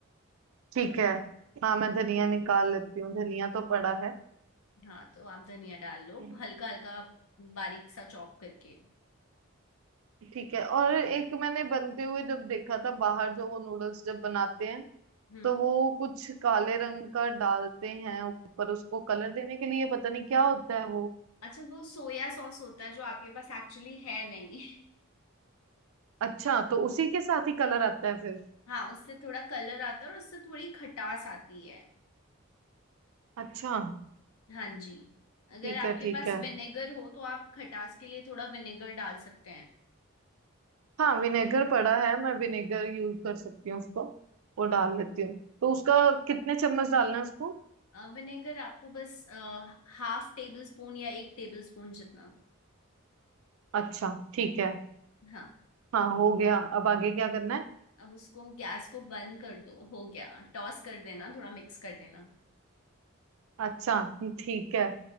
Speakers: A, on the right; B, on the left.
A: ठीक है हाँ मैं धनिया निकाल लेती हूँ धनिया तो पड़ा
B: हाँ तो आप धनिया डाल लो
A: है
B: हल्का हल्का बारीक सा चॉप करके
A: ठीक है और एक मैंने बनते हुए जब देखा था बाहर जो वो नूडल्स जब बनाते हैं
B: हम्म
A: तो वो कुछ काले रंग का डालते हैं ऊपर उसको कलर देने के लिए पता नहीं क्या होता है वो
B: अच्छा वो सोया सॉस होता है जो आपके पास एक्चुअली है नहीं
A: अच्छा तो उसी के साथ ही कलर आता है फिर
B: <laughs> हाँ उससे थोड़ा कलर आता है और उससे थोड़ी खटास आती है
A: अच्छा
B: हाँ जी अगर
A: ठीक
B: आपके
A: है ठीक
B: पास
A: है
B: विनेगर हो तो आप खटास के लिए थोड़ा विनेगर डाल सकते हैं
A: हाँ विनेगर पड़ा है मैं विनेगर यूज कर सकती हूँ उसको वो डाल लेती हूँ तो उसका कितने चम्मच डालना है उसको
B: अ, विनेगर आपको बस हाफ टेबल स्पून या एक टेबल स्पून जितना
A: अच्छा ठीक है
B: हाँ
A: हाँ हो गया अब आगे क्या करना है
B: अब उसको गैस को बंद कर दो हो गया टॉस कर देना थोड़ा मिक्स कर देना
A: अच्छा ठीक है